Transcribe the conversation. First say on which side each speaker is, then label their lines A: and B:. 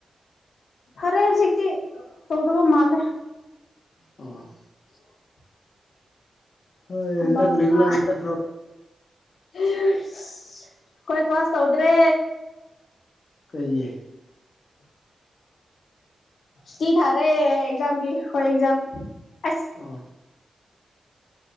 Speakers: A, on the left; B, on the left.
A: ꯐꯔꯦ ꯍꯧꯖꯤꯛꯇ ꯇꯧꯗꯕꯨ ꯃꯥꯥꯡꯂ
B: ꯑ
A: <unintelligible>
B: ꯍꯣꯏ
A: ꯑꯝꯕꯝꯕ
B: ꯍꯟꯗꯛ ꯔꯤꯒꯨꯂꯔꯗꯤ ꯆꯠꯄ꯭ꯔꯣ
A: ꯑꯩꯣꯏ ꯀ꯭ꯋꯥꯁ ꯇꯧꯗ꯭ꯔꯦ
B: ꯀꯜꯦ
A: ꯇ ꯊꯔꯦ ꯑꯦꯖꯝ ꯀ ꯍꯣꯏ ꯑꯦꯖꯝ ꯑꯁ
B: ꯑꯥ